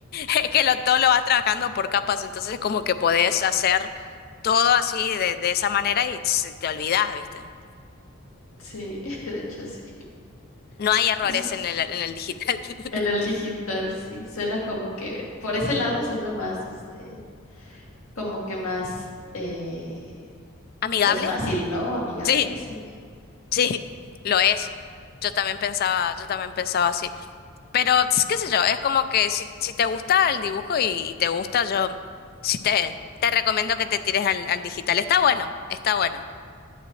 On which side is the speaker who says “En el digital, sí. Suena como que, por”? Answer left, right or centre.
Left